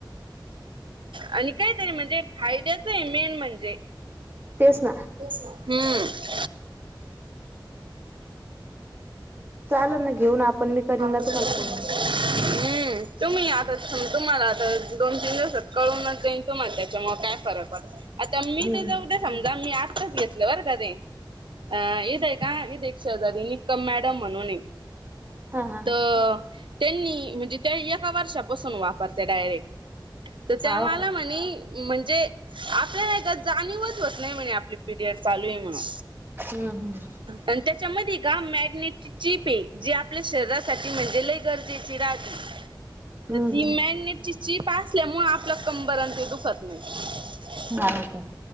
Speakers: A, on the right; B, on the right.
A: आणि काही तरी म्हणजे फायद्याच आहे मेन म्हणजे.
B: तेच ना
A: हम्म
B: चाललं ना घेऊन आपण मी करीन ना
A: हम्म
B: तुम्हाला फोन.
A: तुम्ही आता तुम्हाला आता दोन तीन दिवसात कळूनच जाईल तुम्हाला त्याच्यामूळ काय फरक पडत आता मी
B: हम्म
A: तेजा उद्या समजा मी आताच घेतलं बर का ते अ इथं का इथं एक शेजारी निकम मॅडम म्हणून आहे.
B: हा हा
A: त त्यांनी म्हणजे त्या एका वर्षापासून वापरता डायरेक्ट. त त्या
B: हाव
A: मला
B: का
A: म्हणे म्हणजे आपल्यालाये का जाणीवच होत नाही म्हणे आपली पिरियड चालूये म्हणून.
B: हम्म हम्म.
A: अन् त्याच्यामध्ये का मॅग्नेटची चिपये जे आपल्या श शरीरासाठी म्हणजे लई गरजेची राहती
B: हम्म
A: त ती
B: हम्म हम्म
A: मॅग्नेट ची चीप असल्यामुळे आपल कंबर आणि ते दुखत नाही.
B: हा का?